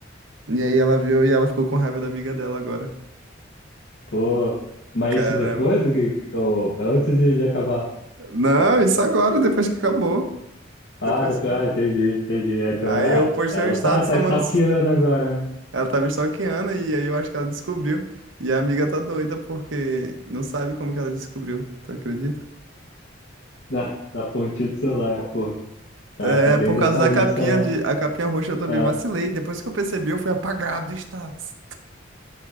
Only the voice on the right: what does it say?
E aí ela viu e ela ficou com raiva da amiga dela agora.
Caramba.
Não, isso agora, depois que acabou.
Depois.
Aí
eu postei
um status
tomando.
Ela tá me stalkeando e aí eu acho que ela descobriu. E a amiga tá doida porque não sabe como que ela descobriu, tu acredita?
É,
por
causa da capinha
de a capinha roxa eu também
vacilei. Depois que eu percebi, eu fui apagado do status.